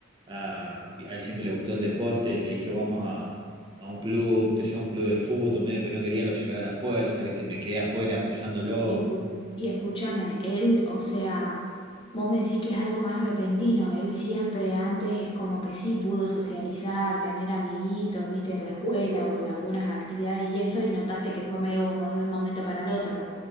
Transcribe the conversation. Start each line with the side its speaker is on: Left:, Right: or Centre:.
Right: a, a él siempre le gustó el deporte, le dije, vamos a, a un club, te llevo a un club de fútbol, medio que no quería, lo llevé a la fuerza, viste, me quedé afuera apoyándolo.
Left: Y, escu- y escúchame, él, o sea, vos me decís que es algo más repentino, él siempre antes es como que sí pudo socializar, tener amiguitos, viste, en la escuela o en algunas actividades y eso, y notaste que fue medio como de un momento para el otro.